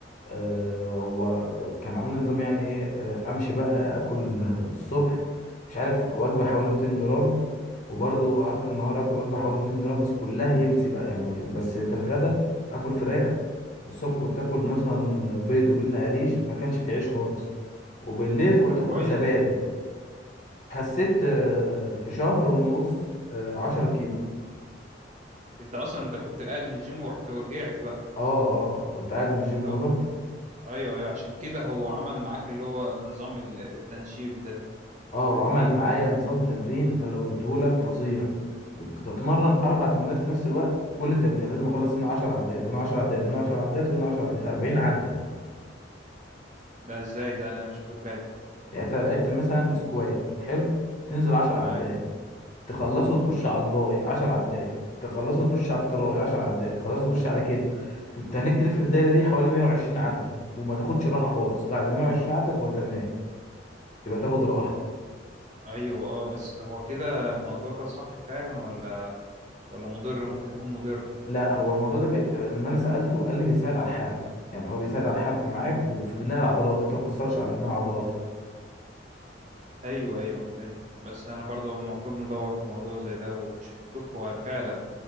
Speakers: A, on the left (about 45°); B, on the right (about 40°).
A: آه، هو كان عامل لي نظام يعني ايه آه، امشي بقى اكل آه، الصبح مش عارف وجبه حوالي 200 جرام وبرضو اخر النهار اكل وجبه حوالي 200 جرام بس كلها هيلثي بقى يعني بس في الغدا اكل فراخ الصبح كنت اكل مثلا بيض وجبنه قريش ما كانش فيه عيش خالص وبالليل كنت
B: طب كويس
A: اخد زبادي خسيت آه، في شهر ونص آه، 10 كيلو
B: انت اصلا انت كنت قاعد من الجيم ورحت ورجعت بقى
A: اه اه كنت قاعد من الجيم
B: طب
A: ورحت
B: ايوه ايوه عشان كده هو عمل معاك اللي هو نظام ال- التنشيف ده
A: اه
B: فاهمني
A: وعمل معايا نظام تمرين اللي وريتهولك فظيع كنت بتمرن اربع تمرينات في نفس الوقت وكل تمرين لازم اخلص هنا 10 عدات وهنا 10 عدات وهنا 10 عدات وهنا 10 عدات 40 عده
B: ده ازاي ده انا مش واخد بالي
A: يعني انت لعبت مثلا سكوات حلو تنزل 10
B: تمام
A: عدات تخلصه وتخش على الباي 10 عدات تخلصه وتخش على التراي 10 عدات تخلصه وتخش على كتف كنت هناك تلف في الدايره دي حوالي 120 عده وما تاخدش راحه خالص بعد 120 عده تبقى تمام تبقى تاخد راحه
B: ايوه اه بس ده هو كده الموضوع ده صح فعلا ولا ولا مضر ممكن يكون مضر
A: لا هو الموضوع ده بي... لما انا سالته قال لي بيساعد على الحرق يعني هو بيساعد على الحرق معاك وفي بناء العضلات انت ما بتاثرش على بناء عضلاتك
B: ايوه ايوه فهمتك بس انا برضو المفروض ندور في موضوع زي ده ونشوف هو فعلا